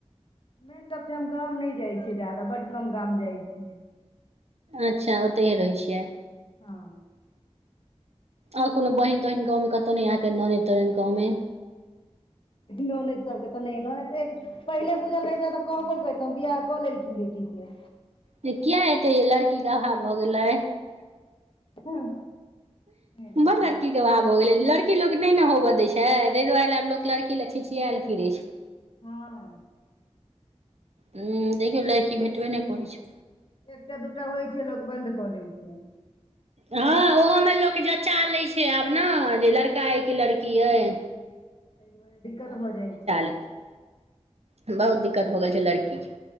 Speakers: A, on the left (about 50°); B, on the right (about 65°).
A: मेन त छै हम गाम नहि जाइ छियै जाादा बड कम गाम जाइ छियै
B: अच्छा ओतहिहे रहैत छियै
A: हँ
B: आर कोनो बहिन तहिन गाँवं कतहु न आ ननतो गाँवं
A: न नज सबके तऽ नहि न त पहिले बुझल रहितय तऽ कहबो करतहुँ बियह कऽ लेलखिन बेटीके
B: त किया एते य लड़की के अभाव भऽ गेलै
A: हँ एहि लऽ
B: बड़
A: कऽ
B: लड़की भाव हो गेलै लड़की लोक नहि ने होबय दै छै ताहि दुआरे आब लोक लड़की लए छिछियाल फिरे छै
A: हँ
B: ह
A: आब
B: देखियौ
A: तऽ
B: लड़की
A: देखै छियै
B: भेटबे नहि करै छै
A: एकटा दूटा होइ छै लोक बन्द कऽ लै छै
B: हँ ओहोमे लोक जचा लै छै आब ने जे लड़का अइछ कि लड़की अइछ
A: ताहि दुआरे दिक्कत भऽ जाइत छै
B: लेत बहुत दिक्कत हो गेल छै लड़की के